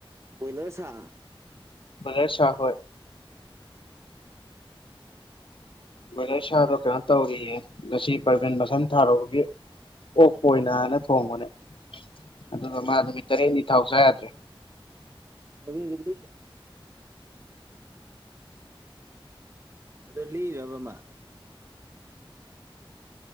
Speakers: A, on the right (about 30°); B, on the left (about 65°).
A: ꯕꯣꯏꯂꯔ ꯁꯥ
B: ꯕꯣꯏꯂꯔ ꯁꯥ ꯍꫭꯏ ꯕꯣꯏꯂꯔ ꯁꯥꯗꯣ ꯀꯩꯅꯣ ꯇꯧꯔꯤꯌꯦ ꯉꯁꯤ ꯄ꯭ꯔꯥꯕꯤꯟ ꯃꯁꯝ ꯊꯥꯔꯨꯕꯒꯤ ꯑꯣꯛꯄ ꯑꯣꯏꯅꯅ ꯊꯣꯡꯕꯅꯦ ꯑꯗꯨꯒ ꯃꯥ ꯅꯨꯃꯤꯠ ꯇꯔꯦꯠꯅꯤ ꯊꯥꯎ ꯆꯥ ꯌꯥꯗ꯭ꯔꯦ
A: <unintelligible> ꯑꯗꯥ ꯂꯦꯡꯏꯔꯕ ꯃꯥ